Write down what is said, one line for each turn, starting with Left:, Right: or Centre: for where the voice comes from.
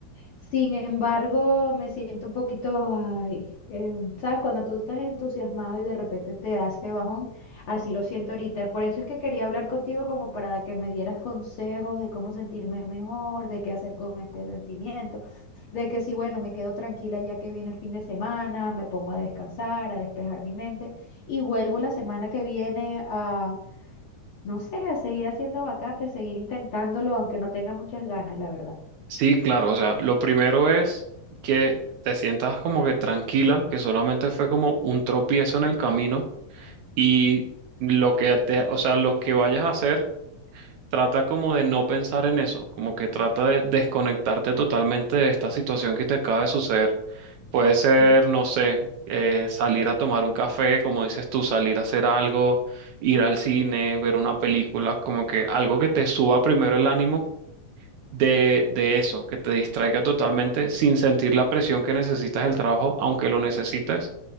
Left: Sin embargo, me siento un poquito, ay, eh, ¿sabes? Cuando tú estás entusiasmado y de repente te das ese bajón, así lo siento ahorita. Por eso es que quería hablar contigo como para que me dieras consejos de cómo sentirme mejor, de qué hacer con este sentimiento, de que si, bueno, me quedo tranquila ya que viene el fin de semana, me pongo a descansar, a despejar mi mente y vuelvo la semana que viene a, no sé, a seguir haciendo vacantes, seguir intentándolo, aunque no tenga muchas ganas, la verdad.
Right: Sí, claro, o sea, lo primero es que te sientas como que tranquila, que solamente fue como un tropiezo en el camino y lo que te, o sea, lo que vayas a hacer. trata como de no pensar en eso, como que trata de desconectarte totalmente de esta situación que te acaba de suceder. Puede ser,
Left: Sí,
Right: no sé, eh, salir a tomar un café, como dices tú, salir a hacer algo, ir al cine, ver una película, como que algo que te suba primero el ánimo de, de eso, que te distraiga totalmente sin sentir la presión que necesitas del trabajo, aunque lo necesites